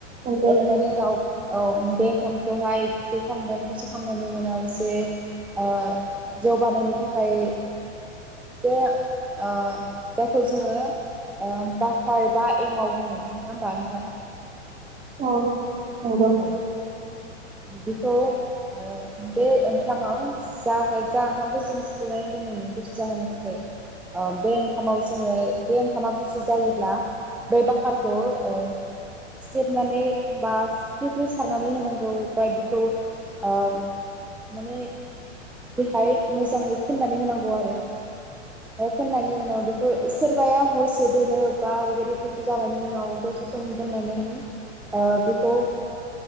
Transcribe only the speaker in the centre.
एरननायनि उनाव औ। बे ओंखामखौहाय गुसु खामगोन गुसु खामनायनि उनाव जे ओ जौबानायनो थाखाय जे ओ जायखौ जोङो बकार बा एमाव बुङो नङा होमबा नोंथां।
औ बेखौ ओ बे ओंखामाव जा जा ओंखामखौ जों सिफुनानै दोनोमोन गुसु जाहोनो थाखाय बे ओंखामाव जोङो बे ओंखामा गुसु जायोब्ला बै बाखारखौ ओ सिख्लेबनानै बा फ्रि फ्रि सारनानै होनांगौ। बायदिखौ ओ माने बेहाय मोजाङै फोननानै होनांगौ आरो फोननायनि उनाव बेखौ सोरबाया हरसे दोनो बा बेबायदि गुसु जानायनि उनाव दसे सम दोननानै ओ बेखौ।